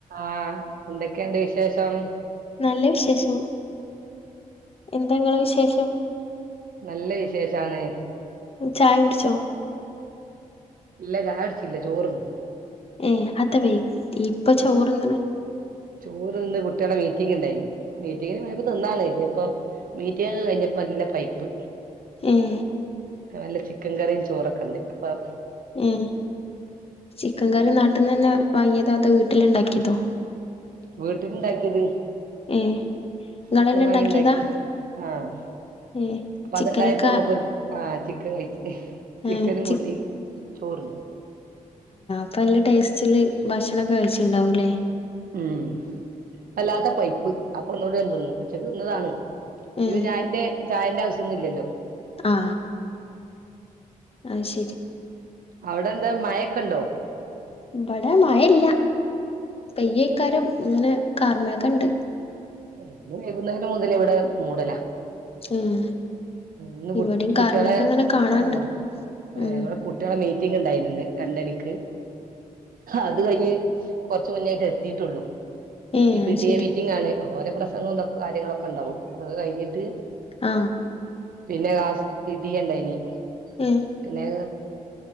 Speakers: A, on the right; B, on the left.
A: ആഹ് എന്തൊക്കെയുണ്ട് വിശേഷം?
B: നല്ല വിശേഷം. എന്താ ഇങ്ങളെ വിശേഷം?
A: നല്ല വിശേഷാണ്.
B: ചായ കുടിച്ചോ?
A: ഇല്ല ചായ കുടിച്ചില്ല ചോറുണ്ട്.
B: ഏ അത്ത വൈകി ഇപ്പൊ ചോറ് എന്തണ്?
A: ചോറ് ഇന്ന് കുട്ടികളുടെ മീറ്റിംഗ് ഉണ്ടായിരുന്നു. മീറ്റിങ്ങിന് പോയപ്പം തിന്നാല് ഇനിയിപ്പം മീറ്റിഗ് ഒക്കെ കഴിഞ്ഞപ്പോ നല്ല പൈ പ്പ്
B: ഉം
A: നല്ല ചിക്കൻ കറിയും ചോറൊക്കെ ഉണ്ട് അപ്പം
B: ഉം ചിക്കൻ കറി ന ട്ടിന്ന് തന്നെ വാങ്ങിയതാ അതോ വീട്ടില് ഉണ്ടാക്കിയതോ?
A: വീട്ടിലുണ്ടാക്കിയത്.
B: ഏ ഇങ്ങളെന്നെ
A: ചിക്കൻ വാങ്ങി
B: ഇണ്ടാക്കിയതാ
A: ഉണ്ടാക്കി ആഹ്
B: ഏ
A: അപ്പൊ
B: ചിക്കനൊക്കെ
A: അതുണ്ടായപ്പോ നമുക്കൊരു ആഹ് ചിക്കൻ കഴിച്ച്. ചിക്കനും
B: ഏ ചി
A: കൂട്ടി ചോറുണ്ട്.
B: അപ്പം നല്ല ടേസ്റ്റില് ഭക്ഷണമൊക്കെ കഴിച്ചിട്ടുണ്ടാവൂല്ലേ
A: ഉം അല്ലാത്ത പൈപ്പ് അപ്പൊ ഒന്ന്കൂടെ തിന്ന് ഉച്ചക്ക് തിന്നതാണ് ഇഞ്
B: ഉം
A: പിന്നെ അയിന്റെ ചായന്റെ ആവിശ്യംന്നും ഇല്ലല്ലോ
B: ആ അശരി
A: അവിടെ എന്താ മഴൊക്ക ഇണ്ടോ
B: ഇവിടെ മഴല്ല പെയ്യേക്കാരം ഇങ്ങനെ കാർമ്മയൊക്കെണ്ട്
A: ഇന്ന് വൈകുന്നേരം മുതല ഇവിടെ മൂടല
B: ഉം
A: ഇന്ന്
B: ഇവിടിം
A: കുട്ടികളെ
B: കാർമേഘങ്ങനെ കാണാണ്ട്
A: ആ മ്മെ
B: ഉം
A: കുട്ടികളെ മീ റ്റിംഗ് ണ്ടായിരുന്നു രണ്ടണിക്ക് അത് കഴിഞ്ഞ് കുറച്ച് മുന്നോയിട്ട് എത്തിട്ടുള്ളൂ
B: ഏ
A: സി പി
B: അത്
A: ടി
B: ശരി
A: എ മീറ്റിംഗ് ആണ് ഓരെ പ്രസംഗം ഇതൊക്കെ കാര്യങ്ങളൊക്കെ ഉണ്ടാവും അതൊക്കെ കഴിഞ്ഞിട്ട്
B: ആ
A: പിന്നെ ക്ലാസ് പിടി എ ണ്ടയിനി
B: ഏ
A: പിന്നെ